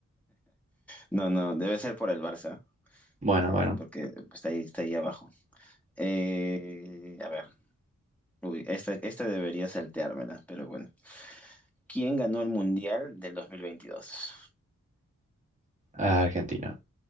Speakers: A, in the centre; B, on the right (about 25°).
A: No, no, debe ser por el Barça,
B: Bueno,
A: eh,
B: bueno.
A: porque está ahí, está ahí abajo. Eh, a ver, uy, esta, esta debería salteármela, pero bueno. ¿Quién ganó el Mundial del 2022?
B: Argentina.